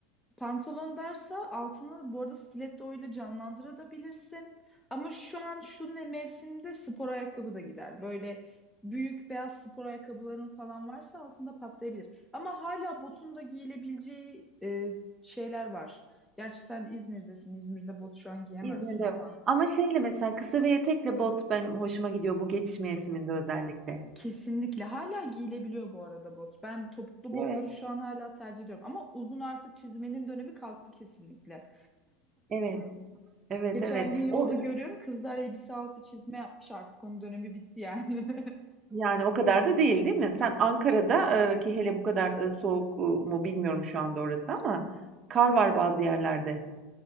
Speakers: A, in the centre; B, on the right.
A: Pantolon derse altını bu arada stiletto ile canlandırabilirsin. Ama şu an şu ne mevsimde spor ayakkabı da gider. Böyle büyük beyaz spor ayakkabıların falan varsa altında patlayabilir. Ama hala botun da giyilebileceği e, şeyler var. Gerçi sen İzmir'desin. İzmir'de bot şu an giyemezsin
B: İzmir'de
A: ama
B: yok. Ama şeyle mesela kısa ve etekle bot benim hoşuma gidiyor bu geçiş mevsiminde özellikle.
A: kesinlikle hala giyilebiliyor bu arada bot. Ben topuklu
B: Evet,
A: botları şu an hala tercih ediyorum. Ama uzun artık çizmenin dönemi kalktı kesinlikle.
B: evet, evet,
A: Geçen
B: evet.
A: gün yolda
B: O
A: görüyorum kızlar elbise altı çizme yapmış artık onun dönemi bitti yani. <laughs>
B: yani o kadar da değil, değil mi? Sen Ankara'da e, ki hele bu kadar e, soğuk e, mu bilmiyorum şu anda orası ama kar var bazı yerlerde.